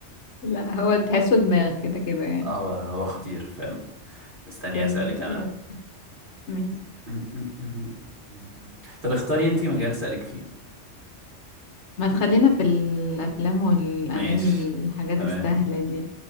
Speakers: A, on the left; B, on the right.
A: لا هو تحسه دماغ كده كده يعني
B: هو هو خطير فاهم استني
A: طب
B: اسألك
A: ماشي
B: انا
A: ماشي
B: م- م- م- م. طب اختاري انتي مجال اسألك فيه
A: ما تخلينا في الافلام والاغاني
B: ماشي
A: الحاجات
B: تمام
A: السهلة دي